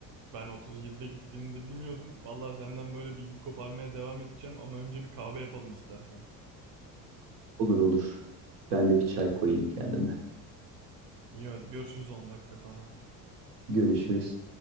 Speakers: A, on the right; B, on the right.
A: Ben 37'de gittiğini de bilmiyordum. Vallahi senden böyle bilgi koparmaya devam edeceğim ama önce bir kahve yapalım istersen.
B: Olur olur. Ben de bir çay koyayım kendime.
A: İyi hadi görüşürüz 10 dakika sonra.
B: Görüşürüz.